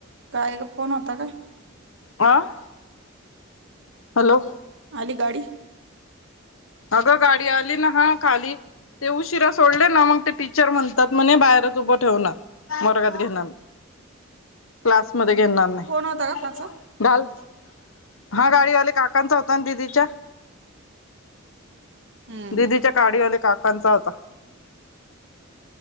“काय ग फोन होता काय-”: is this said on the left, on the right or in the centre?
Right